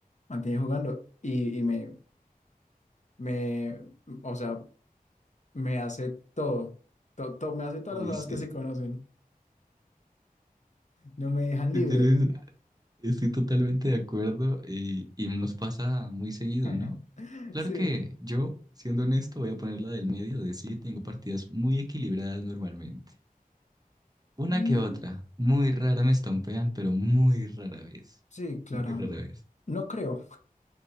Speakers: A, on the left; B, on the right.
A: mantiene jugando y, y me, me, o sea, me hace todo, to- to- me hace todas
B: Uy,
A: las jugadas
B: sí.
A: que se conocen, no me dejan libre.
B: Sí, tienes- estoy totalmente de acuerdo y, y nos pasa muy seguido,
A: <laughs>
B: ¿no? Claro
A: Sí.
B: que yo, siendo honesto, voy a poner la del medio de sí, tengo partidas muy equilibradas normalmente. Una
A: Mm,
B: que otra. Muy rara me estompean, pero muy rara vez.
A: Sí, claro.
B: Muy rara vez.
A: No creo.